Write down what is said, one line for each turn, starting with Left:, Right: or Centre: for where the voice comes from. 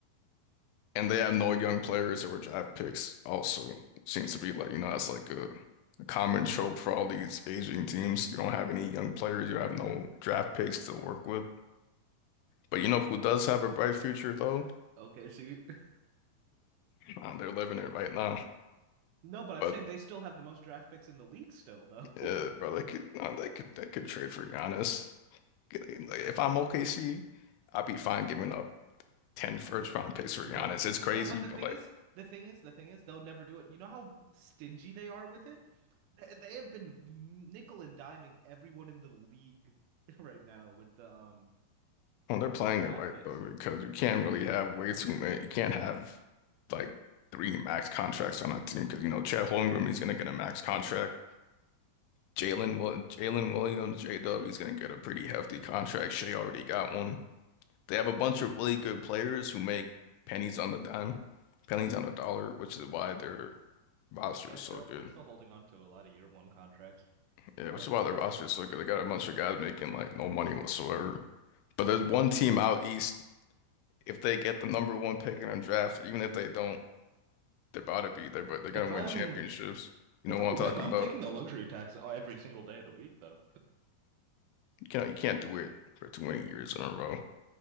Left: And they have no young players or draft picks also. Seems to be like, you know, that's like a, a common trope for all these aging teams. You don't have any young players, you have no draft picks to work with. But you know who does have a bright future though?
Right: Okay, see. <laughs>
Left: Uh, they're living it right now.
Right: No, but I'm
Left: But
Right: saying they still have the most draft picks in the league still though. <laughs>
Left: uh, bro, they could, uh, they could, they could trade for Giannis. Get- Like, if I'm OKC, I'd be fine giving up 10 first round picks for
Right: No.
Left: Giannis. It's crazy,
Right: No, but the
Left: but
Right: thing
Left: like
Right: is, the thing is, the thing is, they'll never do it. You know how stingy they are with it? They, they have been nickel and diming everyone in the league <laughs> right now with the um
Left: Well, they're playing
Right: with the draft
Left: it right
Right: picks.
Left: though, because you can't really have way too many. You can't have like three max contracts on a team because you know Chet Holmgren is gonna get a max contract. Jalen Will Jalen Williams, J-Dub, he's gonna get a pretty hefty contract. Shea already got one. They have a bunch of really good players who make pennies on the dime, pennies on the dollar, which is why their roster
Right: Yeah,
Left: is
Right: sure.
Left: so good.
Right: They're still holding on to a lot of year one contracts.
Left: Yeah,
Right: But
Left: which is why their roster is so good. They got a bunch of guys making like no money whatsoever. But there's one team out east if they get the number one pick in the draft, even if they don't, they're about to be there, but they're gonna
Right: if I'm
Left: win championships. You
Right: if
Left: know
Right: I'm
Left: what I'm talking
Right: them, I'm
Left: about?
Right: taking the luxury tax every single day of the week, though.
Left: You can't you can't do it for too many years in a row.